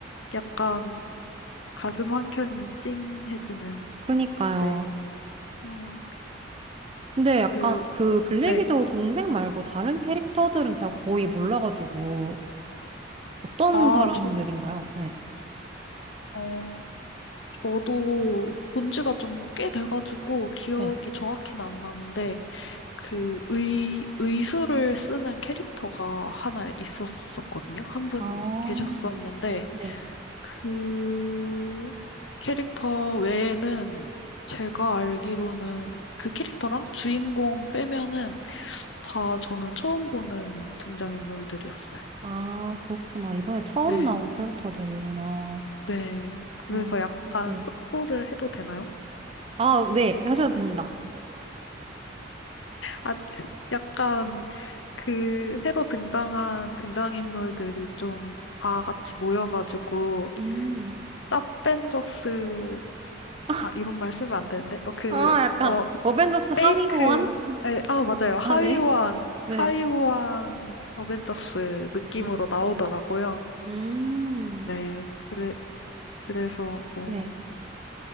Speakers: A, on the left; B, on the right.
A: 약간 가슴 한 켠이 찡해지는,
B: 그니까요.
A: 네. 음,
B: 근데 약간
A: 그,
B: 그 블랙이도
A: 네.
B: 동생 말고 다른 캐릭터들은 제가 거의 몰라가지고 어떤
A: 아,
B: 사람들인가요?
A: 저,
B: 네.
A: 어, 저도 본 지가 좀 꽤 돼가지고 기억이
B: 네.
A: 정확히는 안 나는데 그 의, 의수를 쓰는 캐릭터가 하나 있었었거든요. 한 분
B: 아,
A: 계셨었는데
B: 네.
A: 그 캐릭터 외에는 제가 알기로는 그 캐릭터랑 주인공 빼면은 다 저는 처음 보는 등장인물들이었어요.
B: 아, 그렇구나. 이번에 처음
A: 네,
B: 나온 캐릭터들이구나.
A: 네. 그래서
B: 어,
A: 약간
B: 음. 네.
A: 스포를 해도 되나요?
B: 아, 네. 하셔도 됩니다.
A: 아, 약간 그 새로 등장한 등장인물들이 좀 다 같이 모여가지고
B: 음.
A: 짭벤져스
B: <laughs>
A: 아 이런 말 쓰면 안 되는데 어 그
B: 아, 약간
A: 어
B: 어벤져스 하위
A: 페이크
B: 호환?
A: 에, 아 맞아요 하위호환
B: <laughs> 아, 네. 네.
A: 하위호환 어벤져스 느낌으로
B: 음.
A: 나오더라고요
B: 음.
A: 네 그래 그래서 뭐
B: 네.